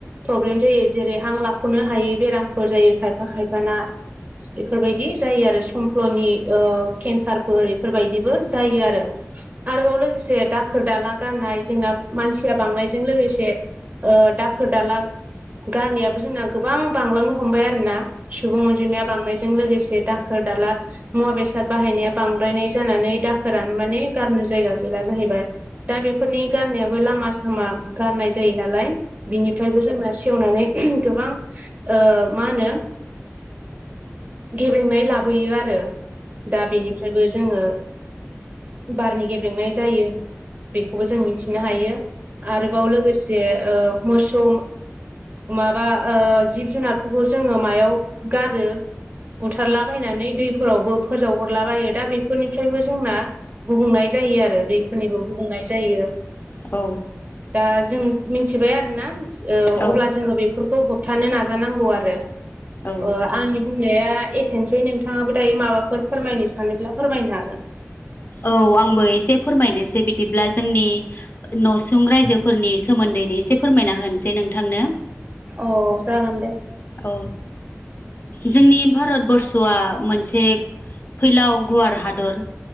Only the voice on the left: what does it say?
औ।
औ
औ
औ आंबो एसे फोरमायनोसै बिदिब्ला जोंनि न'सुं रायजोफोरनि सोमोन्दैनो एसे फोरमायना होनोसै नोंथांनो।
औ जोंनि भारतबर्ष'आ मोनसे फैलाव गुवार हादर।